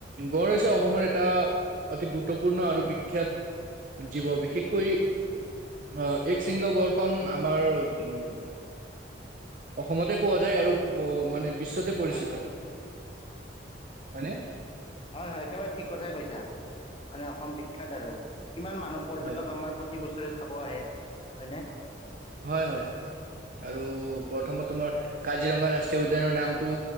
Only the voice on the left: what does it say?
হয়
হয়
হয় হয় একেবাৰে ঠিক কথাই কৈছা মানে অসম বিখ্যাত আৰু কিমান মানুহ পৰ্যটক
আমাৰ প্ৰতি বছৰে চাব আহে হয়নে